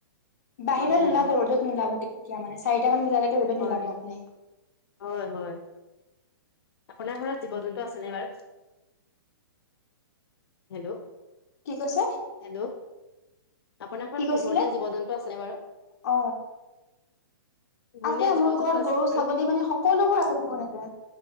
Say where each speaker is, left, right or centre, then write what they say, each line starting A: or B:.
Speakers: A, on the left (about 45°); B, on the left (about 80°).
A: বাহিৰত
B: গৰম দিনৰ
A: নোলাব
B: কথা
A: ৰ'দত নোলাব কেতিয়া মানে চাৰিট মান বজালৈকে ৰ'দত
B: হয়
A: নোলাব আপুনি।
B: হয় হয়। আপোনাৰ ঘৰত জীৱ জন্তু আছেনে বাৰু? হেল্ল'
A: কি কৈছে?
B: হেল্ল' আপোনাৰ ঘৰত
A: কি কৈছিলে?
B: পোহনীয়া জীৱ জন্তু আছেনে বাৰু?
A: অ
B: পোহনীয়া
A: আছে
B: জীৱ
A: মোৰ
B: জন্তু
A: ঘৰত
B: আছে
A: গৰু
B: বাৰু
A: ছাগলী মানে সকলোবোৰ আছে মোৰ ইয়াতে।